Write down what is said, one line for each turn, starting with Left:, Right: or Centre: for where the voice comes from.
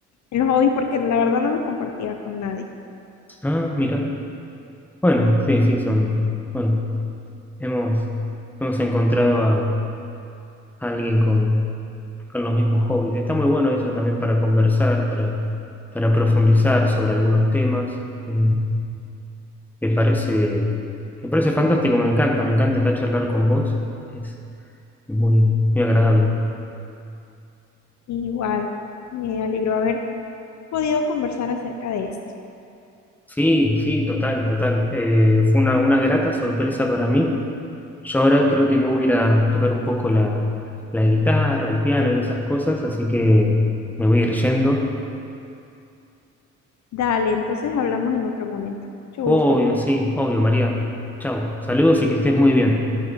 Left: en los hobbies, porque la verdad no los compartía con nadie.
Centre: Ah, mira. Bueno, sí, sí, son. Bueno, hemos, hemos encontrado a, a alguien con, con los mismos hobbies. Está muy bueno eso también para conversar, para, para profundizar sobre algunos temas. Eh, me parece, me parece fantástico, me encanta, me encanta acá charlar con vos. Es muy, muy agradable.
Left: Igual, me alegró haber podido conversar acerca de esto.
Centre: Sí, sí, total, total. Eh, fue una, una grata sorpresa para mí. Yo ahora creo que me voy a ir a tocar un poco la, la guitarra, el piano y esas cosas, así que me voy a ir yendo.
Left: Dale, entonces hablamos en otro momento. Mucho
Centre: Obvio,
Left: gusto.
Centre: sí, obvio, María. Chau, saludos y que estés muy bien.